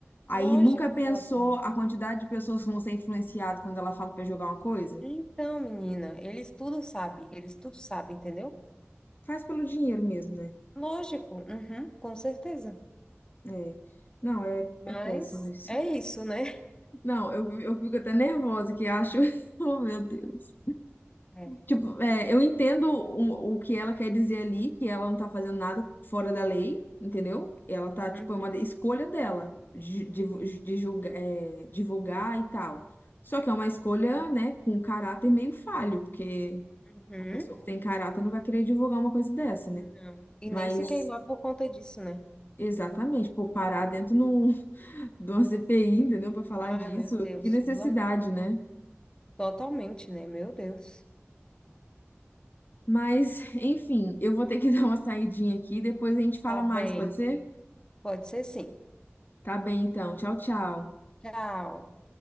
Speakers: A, on the left (about 45°); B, on the left (about 20°).
A: Aí
B: Lógico
A: nunca pensou
B: que ela sabe.
A: a quantidade de pessoas que vão ser influenciadas quando ela fala para jogar uma coisa?
B: Então, menina, eles tudo sabem, eles tudo sabem, entendeu?
A: Faz pelo dinheiro mesmo, né?
B: Lógico, uhum, com certeza.
A: É. Não, é,
B: Mas
A: é péssimo isso.
B: é isso, né?
A: Não, eu, eu fico até nervosa, que eu acho. <laughs> Oh, meu Deus.
B: É.
A: Tipo, é, eu entendo o, o que ela quer dizer ali, que ela não tá fazendo nada fora da lei, entendeu? Ela tá, tipo,
B: Uhum.
A: é uma escolha dela de, de, de julga- é, divulgar e tal. Só que é uma escolha, né, com caráter meio falho, porque
B: Uhum.
A: a pessoa que tem caráter não vai querer divulgar uma coisa dessa, né?
B: Não. E
A: Mas,
B: nem se queimar por conta disso, né?
A: exatamente, pô, parar dentro num- <laughs> de uma CPI, entendeu? Pra falar
B: Ai,
A: disso,
B: meu Deus,
A: que necessidade,
B: pelo amor de Deus.
A: né?
B: Totalmente, né? Meu Deus.
A: Mas, enfim, eu vou ter que <laughs> dar uma saidinha aqui, depois a gente fala
B: Tá bem.
A: mais, pode ser?
B: Pode ser sim.
A: Tá bem, então. Tchau, tchau.
B: Tchau.